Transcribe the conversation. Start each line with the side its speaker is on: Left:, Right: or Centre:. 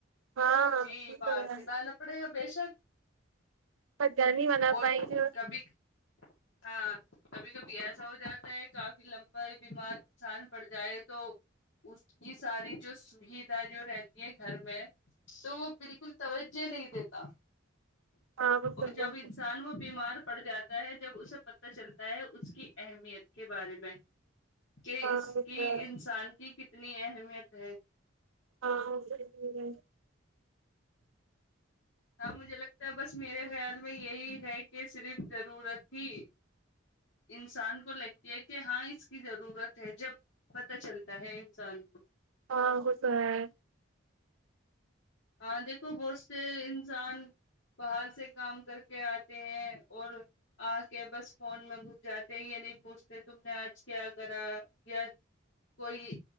Right: ہاں
Left: جی
Right: وہ
Left: باہر
Right: تو ہے،
Left: سے لانا پڑے گا بے شک
Right: پاتا نہیں بنا
Left: اور
Right: پائے گی
Left: کبھی ہاں کبھی کبھی ایسا ہو جاتا ہے کافی لمبا ہی بیمار انسان پڑ جائے تو اس کی ساری جو سویدھا جو رہتی ہے گھر میں تو وہ بالکل توجہ نہیں دیتا
Right: ہاں وہ تو
Left: اور جب
Right: ہے
Left: انسان وہ بیمار پڑ جاتا تا ہے جب اسے پتا چلتا ہے اس کی اہمیت کے بارے میں کہ
Right: ہاں
Left: اس
Right: وہ
Left: کی
Right: تو ہے
Left: انسان کی کتنی اہمیت ہے
Right: ہاں ہاں ضرور ہے
Left: ہاں مجھے لگتا ہے بس میرے خیال میں یہی ہے کی صرف ضرورت ہی انسان کو لگتی ہے کی ہاں اس کی ضرورت ہے جب پتہ چلتا ہے انسان کو
Right: ہاں وہ تو ہے
Left: ہاں دیکھو بہت سے انسان باہر سے کام کر کے آتے ہیں اور آ کے بس فون میں گھس جاتے یے نہیں پوچھتے تم نے آج کیا کرا کیا کوئی